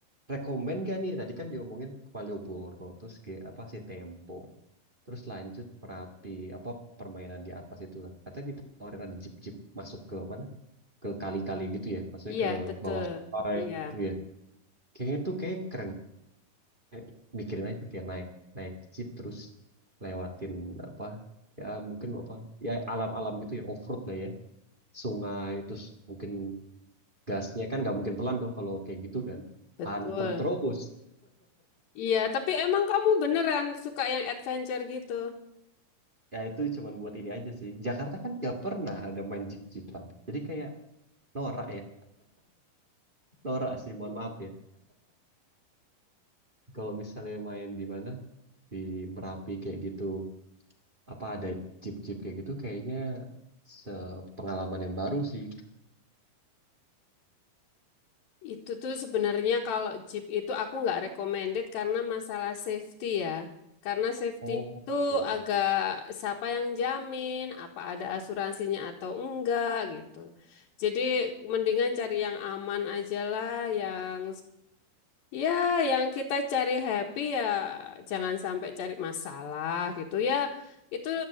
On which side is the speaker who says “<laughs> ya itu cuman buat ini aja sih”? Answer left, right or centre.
Right